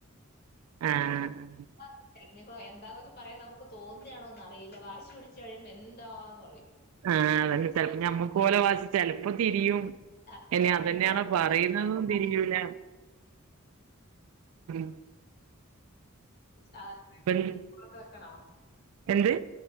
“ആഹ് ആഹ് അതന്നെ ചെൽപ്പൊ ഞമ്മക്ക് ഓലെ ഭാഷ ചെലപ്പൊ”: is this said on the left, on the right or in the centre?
Right